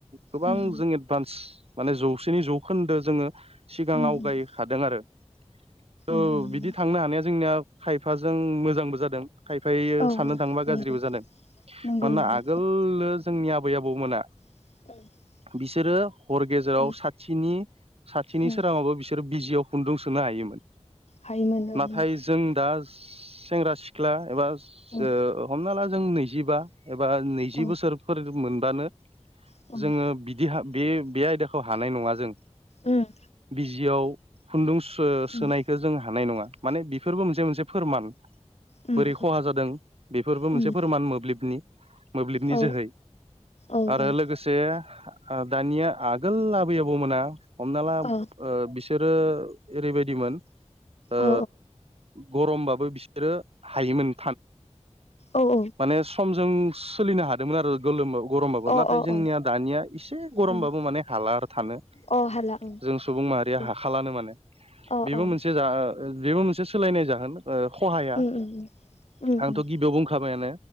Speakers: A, on the right; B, on the left.
A: गोबां
B: उम
A: जों एडभान्स माने जौसेनि जौखोन्दो जोङो सिगांआव
B: उम उम
A: गाय हादों आरो थ'
B: उम उम
A: बिदि थांनो हानाया जोंनिया खायफाजों मोजांबो जादों खाय ओमफायो
B: औ
A: साननो थाङोबा
B: नंगौ
A: गाज्रिबो जादों
B: नंगौ
A: मानोना
B: नंगौ
A: आगोलनो जोंनि आबै आबौमोना
B: <inaudible>
A: बिसोरो हर गेजेराव
B: उम
A: साथिनि साथिनि
B: उम
A: सोराङाबो बिसोर बिसोर बिजियाव खुन्दुं सोनो हायोमोन
B: हायोमोन
A: नाथाय जों दा सेंग्रा सिख्ला एबा
B: औ
A: ओ हमना ला जों नैजिबा एबा नैजि
B: औ
A: बोसोर फोर मोनबानो
B: औ उम
A: जोङो बिदि बे- बे आयदाखौ हानाय नङा जों।
B: उम
A: बिजियाव खुन्दुं सो-
B: उम
A: सोनायखौ जों हानाय नङा माने बेफोरबो मोनसे मोनसे फोरमान
B: उम
A: बोरै खहा जादों बेफोरबो मोनसे
B: उम
A: फोरमान मोब्लिबनि। मोब्लिबनि
B: औ
A: जोहै
B: औ ओ
A: आरो लोगो से आ दानिया आगोल आबै आबौ मोना हमना ला ओ
B: औ
A: बिसोरो ओरैबायदिमोन ओ
B: औ
A: गरमबाबो बिसोरो हायोमोन
B: औ
A: माने समजों सोलिनो हा दोंमोन आरो गोलोम गरमबाबो
B: अ
A: नाथाय
B: अ
A: जोंनिया
B: अ
A: दानिया एसे गरमबाबो
B: उम
A: माने हालाार थानो।
B: अ हाला ओं
A: जों सुबुं माहारिया
B: दे
A: हाखालानो माने
B: अ
A: बेबो
B: अ
A: मोनसे <unintelligible> बेबो मोनसे सोलायनाय जागोन ओ खहाया
B: उम उम उम। उम
A: आंथ'
B: उम
A: गिबियाव बुंखाबायानो